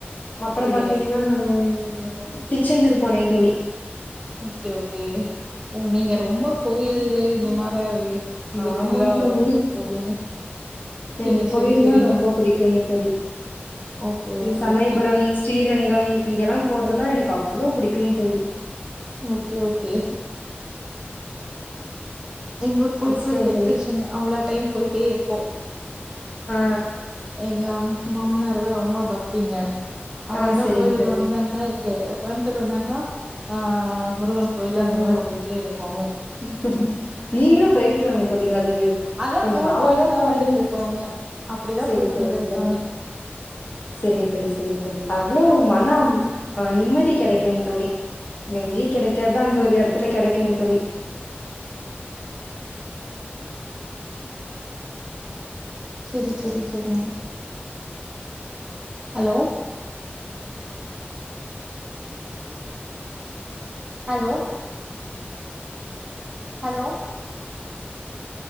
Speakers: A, on the right; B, on the left.
A: ஓகே
B: அப்புறம் பாத்திங்கன்னா நானு இந்த திருச்செந்தூர் போனேங்க தோழி
A: ஓகே ஓகே ஓ‌ நீங்க ரொம்ப கோயில்லு இந்த மாரி இதுக்குதா
B: ஆமங் தோழி
A: போவீங்க செரி
B: என் கோயில்னா
A: செரி செரிங்க
B: ரொம்ப புடிக்குங் தோழி‌
A: ஓகே
B: இந்த
A: okay
B: Samayapuram
A: okay
B: Srirangam இங்கெல்லா போறதுன்னா எனக்கு அவ்ளோ புடிக்குங்தோழி
A: ஓகே ஓகே எங்களுக்கு போய்
B: இஷ்டங்க
A: போய் வெறுத்துருச்சுங்
B: தோழி.
A: அவ்ளோ டைம் போயிட்டே இருக்கோ
B: ஆ
A: எங்க அம் மாமனார்தா ரொம்ப பக் திங்க அவர்தா
B: ஆ சரிங்க
A: கோயிலுக்கு
B: தோழி
A: வந்தாங்கனா இங்க கோயம்புத்தூர் வந்தாங்னா ஆ முருகன் கோயிலு
B: இவர்தா
A: அந்த மாரி போயிட்டே இருப்போங்க
B: <unintelligible> நீங்களு போயிட்டு வாங்க தோழி அது ஒரு
A: அதா
B: கொஞ்ச
A: கூட
B: நாளாக
A: போயிட்டுதா
B: பழகி
A: வந்துட்ருக்கோங்க அப்டிதா
B: செரி
A: போயிட்டு
B: செரிங்
A: வந்திருக்காங்க
B: தோழி செரிங்க தோழி செரிங்க தோழி அவ்ளோ ஒரு மன அம்‌ நிம்மதி கெடைக்கும் தோழி எங்யு கெடைக் க்காதா அங்க ஒரு எடத்துல கெடைக்குங் தோழி
A: செரி செரி செரி hello hello hello